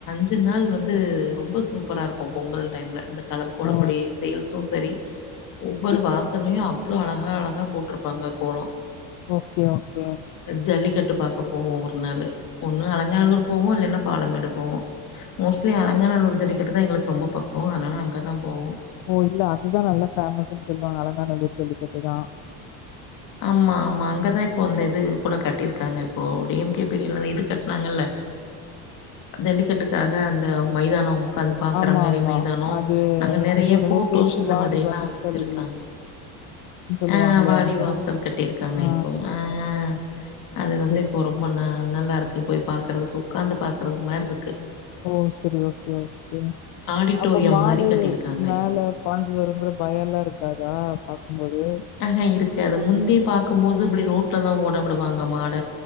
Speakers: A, on the left; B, on the left.
A: அஞ்சு நாள் வந்து ரொம்ப சூப்பரா இருக்கும் பொங்கல் டைம்ல இந்த கலர் கோலப்பொடி
B: ஓ
A: ஃபேல்ஸு சரி ஒவ்வொரு
B: ஓகே
A: வாசல்லயு அவ்ளோ அழகா அழகா போட்ருப்பாங்க கோலோ
B: ஓகே ஓகே
A: ஜல்லிக்கட்டு பாக்க போவோ ஒரு நாளு ஒன்னு அலங்காநல்லூர் போவோ இல்லன்னா பாலமேடு போவோ மோஸ்ட்லி அலங்காநல்லூர் ஜல்லிக்கிட்டு தா எங்களுக்கு ரொம்ப பக்கொ அதனால அங்கதா போவோ
B: ஓ இல்ல அதுதா நல்லா ஃபேமஸ்ஸுன் சொல்லுவாங்க அலங்காநல்லூர் ஜல்லிக்கட்டு தா
A: ஆமா ஆமா அங்க தா இப்போ அந்த இது கூட கட்டியிருக்காங்க இப்போ டி எம் கே பிரியட்ல இது கட்னாங்கல்ல ஜல்லிக்கட்டுக்காக அந்த மைதானொ உக்காந்து பாக்குற
B: ஆமா
A: மாரி
B: ஆமா
A: மைதானொ
B: அது
A: அங்க நறைய
B: என்னது என்னமோ
A: ஃபோட்டோஸ்
B: பேர்
A: இந்த
B: வாடி
A: மாதிரி எல்லா
B: வாசல்
A: வச்சிருக்காங்க
B: சொல்லுவாங்களே
A: ஆ வாடி
B: அத
A: வாசல் கட்டிருக்காங்க
B: ஆ
A: இப்போ ஆ ஆ அது வந்து
B: சரி,
A: இப்போ
B: சரி.
A: ரொம்ப ந ஆ நல்லாருக்கு போய் பாக்குறதுக்கு உக்காந்து பாக்குறது மார்ருக்கு
B: ஓ சரி ஓகே ஓகே
A: ஆடிட்டோரியம்
B: அப்ப மாடு
A: மாரி கட்டியிருக்காங்க
B: மேல
A: இப்போ.
B: பாஞ்சி வருங்கிற‌ பயோல்லா இருக்காதா பாக்கும்போது
A: ஆஹ இருக்காது முந்தி பாக்கும்போது இப்டி ரோட்ல தா ஓட விடுவாங்க மாட